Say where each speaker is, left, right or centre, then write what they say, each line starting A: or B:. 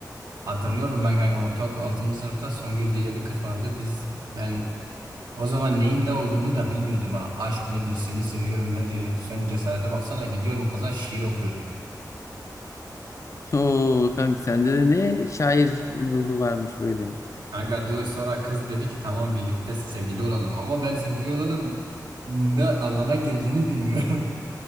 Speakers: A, on the right; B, on the left.
A: hatırlıyorum ben kanka ortaokul 6. sınıfta Songül diye bir kız vardı. Biz ben O zaman neyin ne olduğunu da bilmiyordum ha. Aşk nedir, seni seviyorum nedir? Sen cesarete baksana gidiyorum kıza şiir okuyorum.
B: Oo kanka sende de ne şair ruhu varmış böyle.
A: Kanka dur sonra kız dedi ki tamam birlikte sevgili olalım. Ama ben sevgili olalım ne anlama geldiğini bilmiyorum.